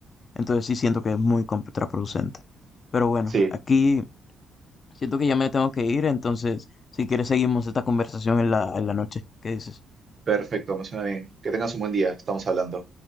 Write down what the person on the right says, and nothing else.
Sí,
Perfecto, me suena bien. Que tengas un buen día, estamos hablando.